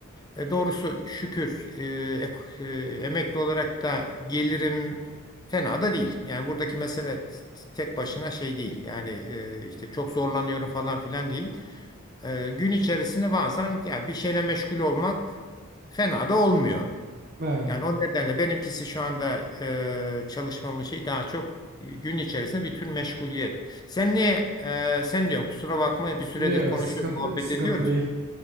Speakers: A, on the left; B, on the right.
A: E, doğrusu şükür e, ek- e, emekli olarak da gelirim fena da değil. Yani buradaki mesele t- tek başına şey değil. Yani e, işte çok zorlanıyorum falan filan değil. E, gün içerisinde bazen ya bir şeyle meşgul olmak fena da olmuyor.
B: Evet.
A: Yani o nedenle benimkisi şu anda e, çalışmamın şeyi daha çok gün içerisinde bir tür meşguliyet. Sen niye e, sen diyorsun kusura bakma bir süredir
B: Yo,
A: konuşuyoruz,
B: sıkıntı
A: muhabbet
B: sıkıntı
A: ediyoruz.
B: değil.